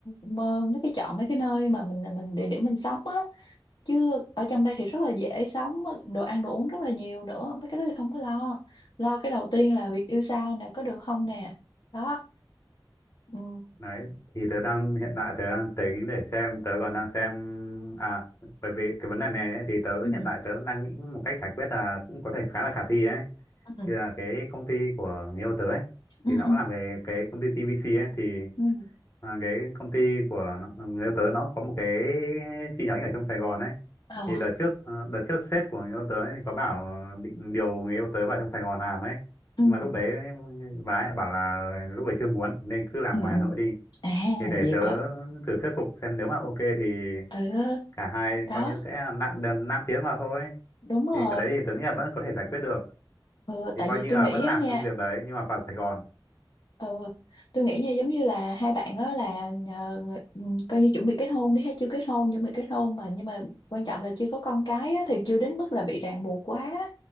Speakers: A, on the left (about 55°); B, on the left (about 35°).
A: mơ- mấy cái chọn mấy cái nơi mà mình mình địa điểm mình sống á chứ ở trong đây thì rất là dễ sống đồ ăn đồ uống rất là nhiều nữa mấy cái đó thì không có lo lo cái đầu tiên là việc yêu xa nè có được không nè đó ừ
B: Đấy, thì tớ đang hiện tại tớ đang tính để xem tớ còn đang xem à bởi vì cái vấn đề này ấy, thì tớ
A: ừ
B: hiện tại tớ đang nghĩ một cách giải quyết là cũng có thể khá là khả thi ấy
A: ừ
B: thì là cái công ty của người yêu tớ ấy
A: ừ
B: thì nó
A: ừ
B: cũng làm về cái công ty TVC ấy thì
A: ừ
B: à, cái công ty của nó, người yêu tớ nó có một cái chi nhánh ở trong Sài Gòn ấy
A: ờ
B: thì đợt trước ờ, đợt trước sếp của người yêu tớ ấy, thì có bảo định điều người yêu tớ vào trong Sài Gòn làm ấy
A: ừ
B: nhưng mà lúc đấy bà ấy bảo là lúc ấy chưa muốn nên cứ làm
A: ừ
B: ngoài
A: ừ
B: Hà Nội đi
A: à
B: thì để
A: vậy
B: tớ
A: cơ
B: thử thuyết phục xem nếu mà ok thì
A: ừ
B: cả hai
A: đó
B: coi như sẽ nặn đầm 5 tiếng vào thôi
A: đúng rồi
B: thì cái đấy thì tớ nghĩ là vẫn có thể giải quyết được
A: ừ,
B: thì
A: tại
B: coi
A: vì
B: như
A: tôi
B: là
A: nghĩ
B: vẫn
A: á
B: làm
A: nha
B: công việc đấy nhưng mà vào Sài Gòn
A: Ừ, tôi nghĩ nha giống như là hai bạn đó là ờ, ng- ừ, coi như chuẩn bị kết hôn đi hay chưa kết hôn chuẩn bị kết hôn mà nhưng mà quan trọng là chưa có con cái á, thì chưa đến mức là bị ràng buộc quá